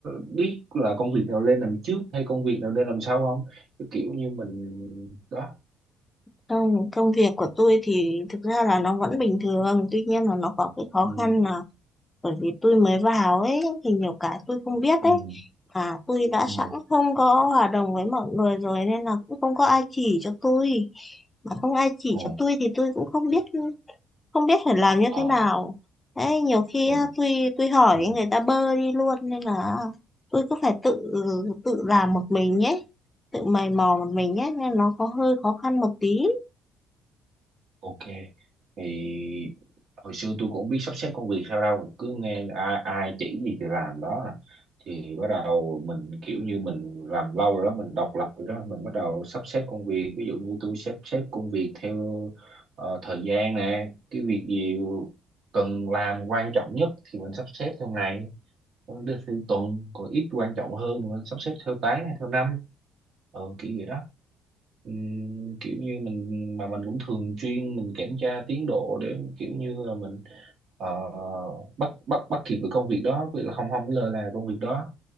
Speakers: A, on the right; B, on the left.
A: biết là công việc nào lên làm trước hay công việc nào lên làm sau không? Cái kiểu như mình đó.
B: công, công việc của tôi thì thực ra là nó vẫn bình thường tuy nhiên là nó có cái khó
A: Ừ,
B: khăn là bởi vì tôi mới vào ấy thì nhiều cái tôi không biết
A: ừ,
B: ấy và tôi đã
A: ừ.
B: sẵn không có hòa đồng với mọi người rồi nên là cũng không có ai chỉ cho tôi mà không ai chỉ
A: Ồ,
B: cho tôi thì tôi cũng không biết không biết phải làm như
A: ờ,
B: thế nào đấy nhiều khi
A: ừ.
B: á, tôi tôi hỏi
A: ừ.
B: người ta bơ đi luôn nên là tôi cứ phải tự tự làm một mình nhé tự mày mò một mình nhé nên nó có hơi khó khăn một tí
A: Ok thì hồi xưa tôi cũng không biết sắp xếp công việc sao đâu cứ nghe ai, ai chỉ gì thì làm đó à. thì bắt đầu mình kiểu như mình làm lâu rồi đó mình độc lập rồi đó mình bắt đầu sắp xếp công việc ví dụ như tôi sắp xếp công việc theo ờ, thời gian nè cái việc gì cần làm quan trọng nhất thì mình sắp xếp theo ngày còn đưa theo tuần còn ít quan trọng hơn thì mình sắp xếp theo tháng hay theo năm ờ, kiểu vậy đó Ừm, kiểu như mình mà mình cũng thường xuyên mình kiểm tra tiến độ để kiểu như là mình ờ, bắt bắt bắt kịp được công việc đó vì là không không có lơ là công việc đó